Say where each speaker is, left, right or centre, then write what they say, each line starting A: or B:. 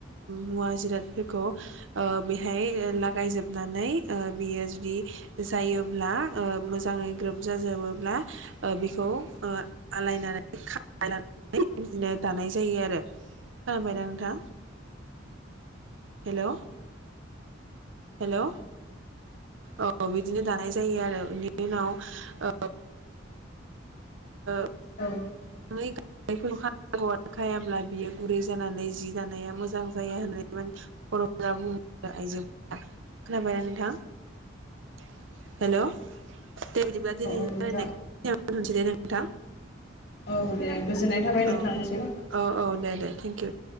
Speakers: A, on the right; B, on the left.
A: मुवा जिरादफोरखौ ओ बेहाय लागायजोबनानै बियो जुदि जायोब ब्ला ओ मोजाङै ग्रोबजाजोबोब्ला ओ बेखौ ओ आलायनानै खांनानै बिदिनो दानाय जायो आरो। <inaudible> दा हेलौ हेलौ औ बिदिनो दानाय जायो आरो बेनि उनाव ओ <unintelligible>
B: औ
A: <unintelligible> बियो गुरै जानानै जि दानाया मोजां जाया होननानैब बर'फोरा बुङोमोन आइजोफोरा खोनाबायना नोंथां हेलौ दे बिदिबा दिनैनि
B: नोंथां
A: रायलायनायखौ बिखिनियावनो <unintelligible> नोंथां
B: औ दे गोजोननाय थाबाय
A: औ
B: नोंथांनिसिम।
A: औ औ दे दे थेंक इउ